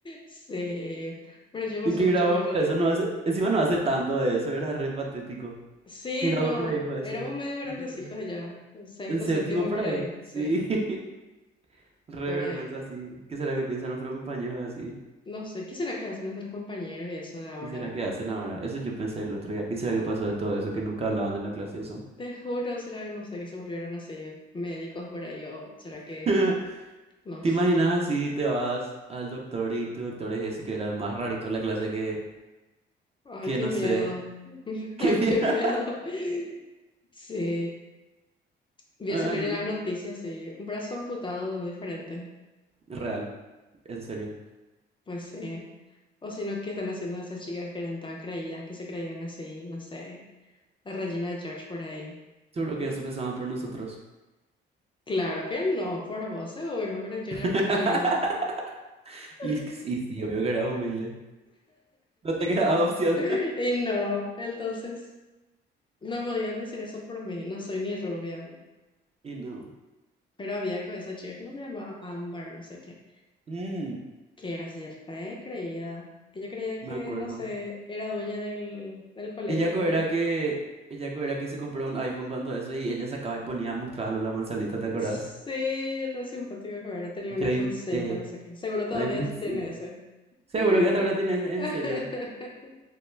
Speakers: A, on the left; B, on the right.
A: Sí, pero yo me
B: ¿En
A: hace
B: qué
A: mucho
B: grado
A: me repetí.
B: fue eso? No hace, encima no hace tanto de eso, era re patético.
A: Sí,
B: ¿Qué grado
A: no,
B: por ahí fue eso?
A: éramos medio grandecitos
B: Creo que fue.
A: ya, sexto,
B: En séptimo
A: séptimo
B: por
A: por
B: ahí,
A: ahí,
B: sí.
A: sí,
B: <laughs> Re
A: por
B: vergüenza,
A: ahí.
B: sí. ¿Qué será que piensan nuestros compañeros así?
A: No sé, ¿qué será que hacen nuestros compañeros y eso de ahora?
B: ¿Qué será que hacen ahora? Eso yo pensé el otro día. ¿Qué será que pasó de todo eso que nunca hablaban en la clase eso?
A: Te juro, será, no sé, que se volvieron así médicos por ahí o será
B: <laughs>
A: que,
B: ¿Te
A: no sé.
B: imaginas así? Te vas al doctor y tu doctor es ese que era el más rarito de la clase que,
A: Ay,
B: que
A: qué
B: no
A: miedo,
B: sé.
A: <laughs>
B: <laughs> ¿Qué
A: ay,
B: mierda?
A: qué miedo. Sí, voy
B: Ay,
A: a salir en las noticias, sí, un brazo amputado de un diferente.
B: real, en serio.
A: Pues sí. O si no, ¿qué están haciendo esas chicas que eran tan creídas, que se creían así, no sé, la Regina de George por ahí?
B: Seguro que
A: Y,
B: eso pensaban por nosotros.
A: claro que no, por vos seguro, pero yo
B: <laughs>
A: era re humilde. <laughs>
B: Y, y sí, obvio que era humilde. No te quedaba
A: Ah.
B: opción.
A: Y no, entonces no podían decir eso por mí, no soy ni rubia.
B: <laughs> Y no.
A: Pero había con esa chica, ¿cómo se llamaba? Amber, no sé qué,
B: Mm,
A: que era así re creída. Ella creía
B: me
A: que,
B: acuerdo.
A: no sé, era dueña del, del colegio
B: Ella co-
A: por
B: era
A: ahí.
B: que, ella co- era que se compró un iPhone cuando eso y ella sacaba y ponía a mostrarlo la manzanita, ¿te acordás?
A: Sí, re simpático que hubiera tenido
B: Yo
A: un iPhone 5,
B: te
A: no sé qué. Seguro todavía
B: iPhone cinco
A: tiene ese.
B: Seguro
A: <laughs>
B: que hasta ahora tiene ese, en serio.